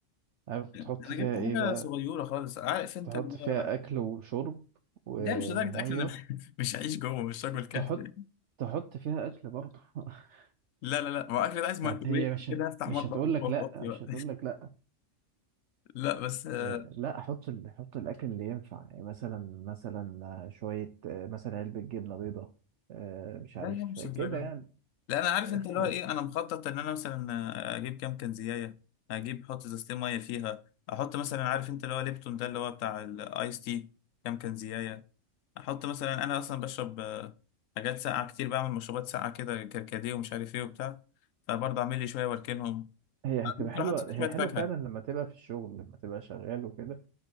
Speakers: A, on the right; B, on the left.
A: عارف بتحط
B: انا
A: فيها
B: جبت
A: ايه
B: حاجة
A: بقى
B: صغيرة خالص عارف انت
A: تحط
B: اللي
A: فيها
B: هو
A: اكل وشرب و-
B: لا مش لدرجة
A: وميه
B: اكل انا <laughs> مش هعيش جوه مش راجل كهف
A: تحط
B: يعني.
A: تحط فيها اكل برضه <laughs>
B: لا لا لا ما هو اكل ده عايز مايكرويف
A: هت هي مش
B: كده هفتح
A: مش
B: مطبخ
A: هتقول
B: جوه
A: لك لا
B: فاضي
A: مش
B: بقى
A: هتقول لك لا
B: <laughs> لا بس آه
A: آه، لا احط ال... احط الاكل اللي ينفع يعني مثلا مثلا آه، شويه آه، مثلا علبه جبنه بيضاء آه، مش
B: لا
A: عارف
B: هي مش
A: كده
B: الدرجة
A: يعني
B: لا
A: <laughs>
B: انا عارف
A: آه،
B: انت
A: حس-
B: اللي هو ايه انا مخطط ان انا مثلا اجيب كام كنزيايه اجيب احط ازازتين ميه فيها احط مثلا عارف انت اللي هو ليبتون ده اللي هو بتاع الايس تي كام كنزيايه احط مثلا انا اصلا بشرب آه، حاجات ساقعه كتير بعمل مشروبات ساقعه كده كركديه ومش عارف ايه وبتاع فبرضه اعمل لي شويه واركنهم
A: هي
B: أنا
A: هتبقى
B: ممكن
A: حلوه
B: احط فيها
A: هي
B: شويه
A: حلوه
B: فاكهه
A: فعلا لما تبقى في الشغل لما تبقى شغال وكده